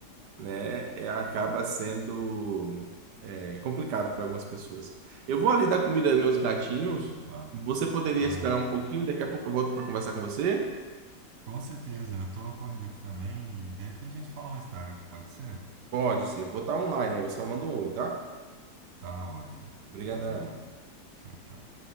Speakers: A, on the right; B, on the right.
A: né, é- acaba sendo é, complicado para algumas pessoas. Eu vou ali dar comida aos meus gatinhos.
B: sim, pá.
A: Você poderia
B: Claro.
A: esperar um pouquinho, daqui a pouco eu volto para conversar com você?
B: Com certeza, eu tô corrido aqui também e de repente a gente fala mais tarde, pode ser?
A: Pode ser, eu vou estar online, aí você só manda um oi, tá?
B: Tá ótimo.
A: Obrigadão.
B: Valeu. Tchau, tchau.